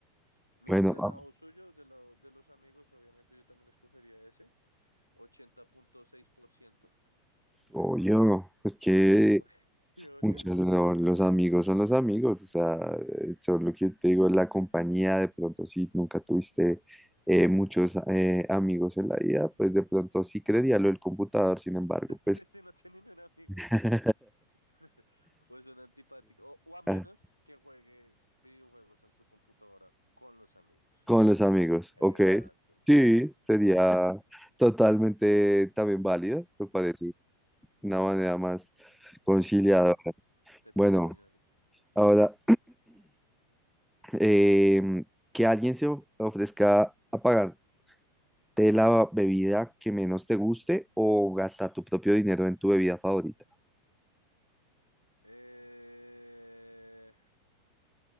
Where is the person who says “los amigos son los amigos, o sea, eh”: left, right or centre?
Centre